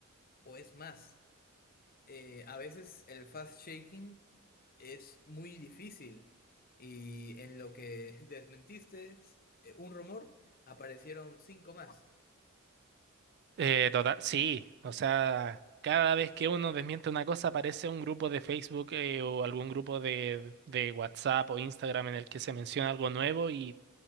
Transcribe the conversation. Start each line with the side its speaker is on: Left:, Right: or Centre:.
Left: o es más. eh, a veces el fast shaking es muy difícil y en lo que <laughs> desmentiste eh, un rumor, aparecieron cinco más.
Right: Eh, total, sí, o sea, cada vez que uno desmiente una cosa aparece un grupo de Facebook eh, o algún grupo de, de WhatsApp o Instagram en el que se menciona algo nuevo y